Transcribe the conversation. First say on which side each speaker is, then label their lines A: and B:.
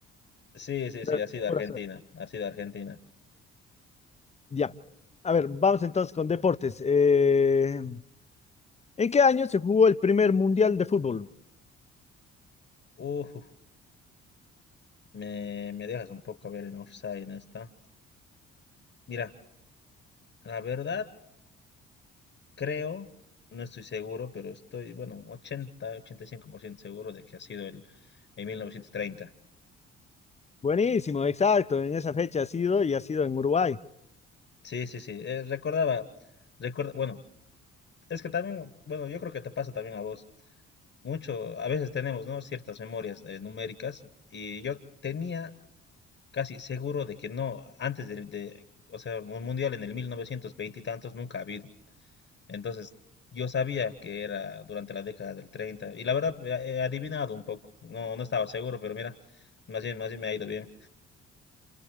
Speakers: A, on the left; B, on the left.
A: Sí, sí,
B: Creo,
A: sí, ha sido
B: pura
A: Argentina,
B: suerte.
A: ha sido Argentina.
B: Ya. A ver, vamos entonces con deportes. Eh, ¿en qué año se jugó el primer mundial de fútbol?
A: Uf, Me, me dejas un poco a ver en offside en esta. Mira, la verdad, creo, no estoy seguro, pero estoy, bueno, 80, 85% seguro de que ha sido el, en 1930.
B: Buenísimo, exacto, en esa fecha ha sido y ha sido en Uruguay.
A: Sí, sí, sí. eh, recordaba, recuerda, bueno, es que también, bueno, yo creo que te pasa también a vos. Mucho, a veces tenemos, ¿no? Ciertas memorias eh, numéricas y yo tenía casi seguro de que no, antes del, de, o sea, un mundial en el 1920 y tantos nunca ha habido. Entonces, yo sabía que era durante la década del 30 y la verdad he he adivinado un poco, no, no estaba seguro, pero mira, más bien, más bien me ha ido bien.